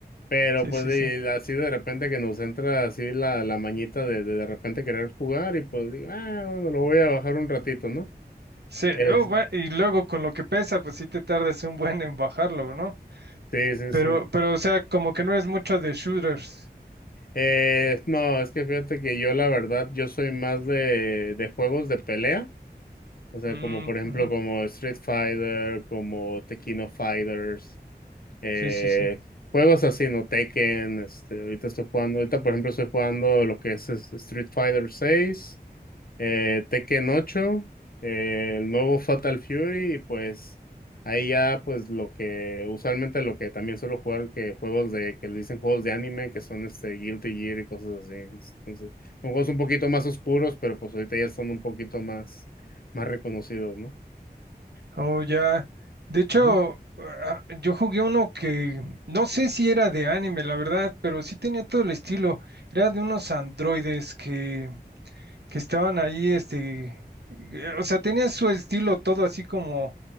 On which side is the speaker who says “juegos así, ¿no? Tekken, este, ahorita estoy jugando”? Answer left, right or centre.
Left